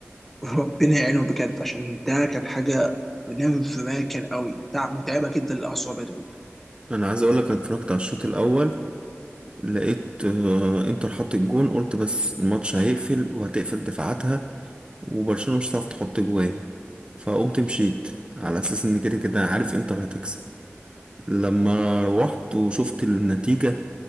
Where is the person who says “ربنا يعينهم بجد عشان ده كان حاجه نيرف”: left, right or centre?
Centre